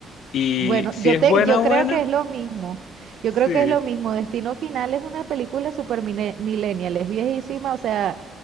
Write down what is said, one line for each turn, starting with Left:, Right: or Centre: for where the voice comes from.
Left: Y
Right: Bueno,
Left: si
Right: yo
Left: es
Right: te,
Left: buena,
Right: yo
Left: buena,
Right: creo que es lo mismo. Yo
Left: sí.
Right: creo que es lo mismo. Destino Final es una película super mine- millennial, es viejísima, o sea,